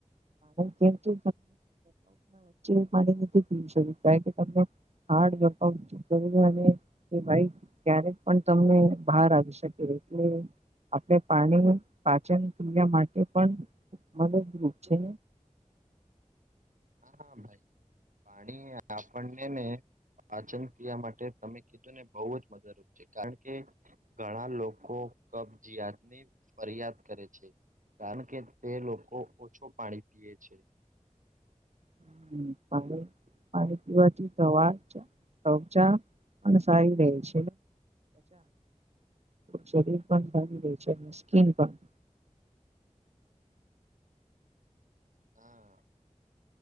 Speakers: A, on the right; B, on the right.
A: કેમ <unintelligible> વચ્ચે <unintelligible> નથી પી <unintelligible> કારણ કે તમને. હાર્ડ અને એ બાઈક ક્યારેક પણ તમને બહાર આવી શકે. એટલે <unintelligible> પાણી. પાચન <unintelligible> માટે પણ મદદરૂપ છે,
B: હા ભાઈ પાણી આપણને ને પાચન ક્રિયા માટે તમે કીધું ને બહુ જ મદદરૂપ છે, કારણ કે ઘણા લોકો. કબજીયાત ની ફરિયાદ કરે છે. કારણ કે તે લોકો ઓછો પાણી પીએ છે.
A: <unintelligible> પીવાથી તવા તોચા અને સારી <unintelligible> છે, <unintelligible> શરીર પણ સારી રહે છે, અને સ્કીન પણ.
B: <unintelligible> હા